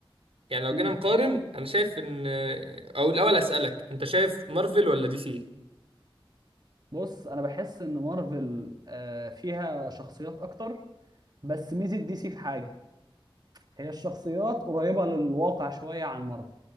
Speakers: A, on the right (about 85°); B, on the right (about 45°).
A: يعني لو
B: امم
A: جينا نقارن انا شايف ان او الاول هسألك انت شايف مارفل ولا دي سي
B: بص انا بحس ان مارفل آه، فيها شخصيات اكتر بس ميزه دي سي في حاجه هي الشخصيات قريبه للواقع شويه عن مارفل